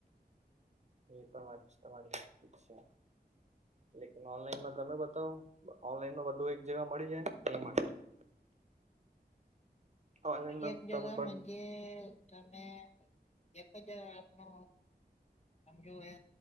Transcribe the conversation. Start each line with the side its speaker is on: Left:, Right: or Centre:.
Right: એ પણ વાત છે, તમારી છે. <unintelligible> ઓનલાઈનમાં તમે બતાવો, ઓનલાઈનમાં બધું એક જગા મળી જાય નહી. ઓનલાઈનમાં
Left: એક જગાજે,
Right: તમે પણ
Left: તમે એક જ આપનો. આ જો એ